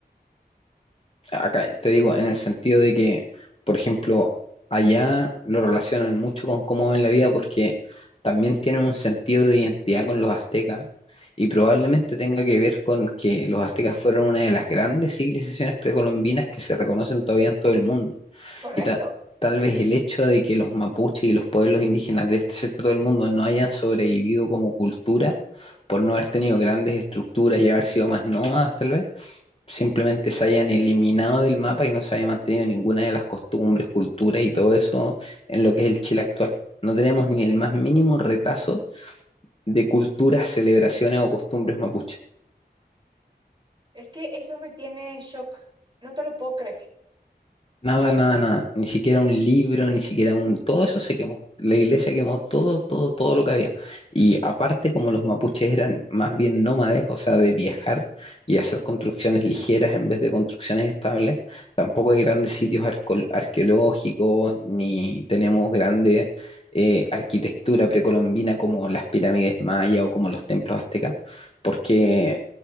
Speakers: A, on the left (about 35°); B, on the right (about 30°).
A: acá te digo en el sentido de que, por ejemplo, allá lo relacionan mucho con cómo ven la vida porque también tienen un sentido de identidad con los aztecas y probablemente tenga que ver con que los aztecas fueron una de las grandes civilizaciones precolombinas que se reconocen todavía en todo el mundo.
B: correcto.
A: Y ta- tal vez el hecho de que los mapuches y los pueblos indígenas de este sector del mundo no hayan sobrevivido como cultura, por no haber tenido grandes estructuras y haber sido más nómadas, tal vez, simplemente se hayan eliminado del mapa y no se haya mantenido ninguna de las costumbres, culturas y todo eso en lo que es el Chile actual. No tenemos ni el más mínimo retazo de culturas, celebraciones o costumbres mapuches.
B: Es que eso me tiene en shock. No te lo puedo creer.
A: Nada, nada, nada. Ni siquiera un libro, ni siquiera un... Todo eso se quemó. La iglesia quemó todo, todo, todo lo que había. Y aparte, como los mapuches eran más bien nómades, o sea, de viajar y hacer construcciones ligeras en vez de construcciones estables, tampoco hay grandes sitios arco- arqueológicos, ni tenemos grande eh, arquitectura precolombina como las pirámides mayas o como los templos aztecas, porque